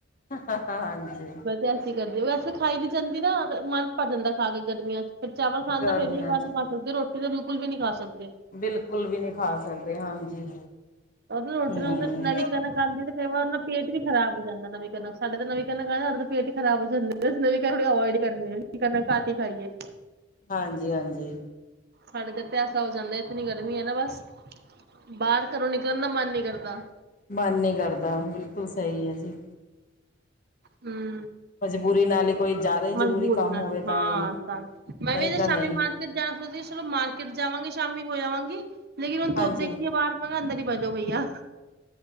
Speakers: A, on the left; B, on the right.
A: ਹਾ-ਹਾ, ਹਾਂਜੀ।
B: ਵੈਸੇ ਐਸੀ ਕਰਦੀ, ਵੈਸੇ ਖਾਈ ਨੀ ਜਾਂਦੀ ਨਾ, ਤੇ ਮਨ ਭਰ ਜਾਂਦਾ ਖਾ ਕੇ। ਗਰਮੀਆਂ ਚ ਫ਼ਿਰ ਚਾਲ ਖਾਣ
A: ਗਰਮੀਆਂ
B: ਦਾ ਫਿਰ ਵੀ ਇਕ ਵਾਰ
A: 'ਚ
B: ਨੂੰ ਖਾ ਸਕਦੇ, ਰੋਟੀ ਤੇ ਵੀ ਕੁੱਝ ਵੀ ਨਹੀਂ ਖਾ ਸਕਦੇ।
A: ਬਿਲਕੁਲ ਵੀ ਨਹੀਂ ਖਾ ਸਕਦੇ, ਹਾਂਜੀ।
B: ਉਹ ਰੋਟੀ
A: ਹਮ
B: ਨਾਲ ਫੇਰ ਨਵੀਂ ਕਣਕ ਆਉਦੀ ਏ ਤੇ ਕਈ ਵਾਰ ਓਦੇ ਨਾਲ ਪੇਟ ਵੀ ਖ਼ਰਾਬ ਹੋ ਜਾਂਦਾ ਨਵੀਂ ਕਣਕ ਸਾਡੇ ਤਾਂ ਨਵੀਂ ਕਣਕ ਆਏ, ਸਾਡੇ ਤੇ ਪੇਟ ਹੀ ਖਰਾਬ ਹੋ ਜਾਂਦੇ ਨਵੀਂ ਕਹਿੰਦੇ ਅਵੋਇਡ ਹੀ ਕਰ ਲੀਏ, ਕਿ ਕਰਨਾ ਸਾ ਕੀ ਖਾਈਏ?
A: ਹਾਂਜੀ-ਹਾਂਜੀ,
B: ਸਾਡੇ ਇੱਰ ਤੇ ਐਸਾ ਹੋ ਜਾਂਦਾ ਇਤਨੀ ਗਰਮੀ ਹੈ ਨਾ ਬਸ ਬਾਹਰ ਘਰੋਂ ਨ ਨਿਕਲਨ ਦਾ ਮਨ ਨੀ ਕਰਦਾ।
A: ਮਨ ਨਹੀਂ ਕਰਦਾ ਬਿਲਕੁਲ ਸਹੀ ਹੈ ਜੀ,
B: ਹੂੰ,
A: ਪੂਰੀ ਨਾਲ ਕੋਈ ਜ਼ਿਆਦਾ ਹੀ
B: ਮਜਬੂੂਰਨਾਂ
A: ਜ਼ਰੂਰੀ ਕੰਮ ਹੋਵੇ
B: ਦੀ ਹਾਂ
A: ਤਾਂ ਹੀ
B: ਤਾਂ ਮੈਂ
A: ਨਹੀਂ
B: ਵੀ ਇਹ
A: ਤਾਂ
B: ਸ਼ਾਮੀ
A: ਨਹੀਂ
B: ਮਾਰਕੀਟ ਜਾਣਾ ਖਦੀ ਚਲੋ ਮਾਰਕੀਟ ਜਾਵਾਂਗੇ ਸ਼ਾਮੀ ਹੋ ਆਵਾਂਗੀ। ਲੇਕਿਨ ਹੁਣ ਧੁੱਪ
A: ਹਾਂਜੀ।
B: ਦੇਖੀਏ ਬਾਹਰ ਕਹਾ ਗੇ ਅੰਦਰ ਹੀ ਬਹਿਜੋ ਬਈਆ